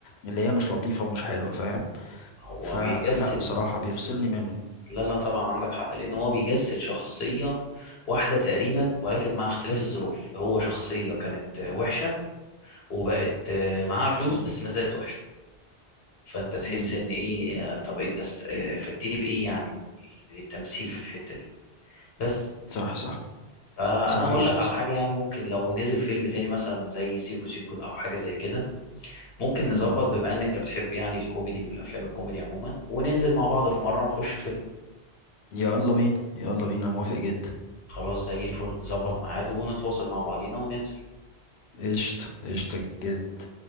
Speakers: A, on the left; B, on the left.
A: اللي هي مش لطيفة ومش حلوة فاهم
B: هو
A: فلا
B: بيجسد
A: بصراحة بيفصلني منه
B: لا لا طبعا عندك حق لان هو بيجسد شخصيه واحده تقريبا ولكن مع اختلاف الظروف هو شخصيه كانت آه، وحشه وبقت آه، معاها فلوس
A: مم.
B: بس ما زالت وحشه فانت تحس
A: مم.
B: ان ايه آه، طب انت است- آه، فدتني بايه يعني من من التمثيل في الحته دي بس
A: صح صح
B: فانا
A: صح
B: اقول
A: جدا
B: لك على حاجه يعني ممكن لو نزل فيلم تاني مثلا زي سيكو سيكو او حاجه زي كده ممكن نظبط
A: مم.
B: بما ان انت بتحب يعني الكوميدي والافلام الكوميدي عموما وننزل مع بعض في مره نخش فيلم
A: يلا بينا يلا بينا موافق جدا
B: خلاص زي الفل نظبط ميعاد ونتواصل مع بعضينا وننزل
A: قشطة قشطة جدا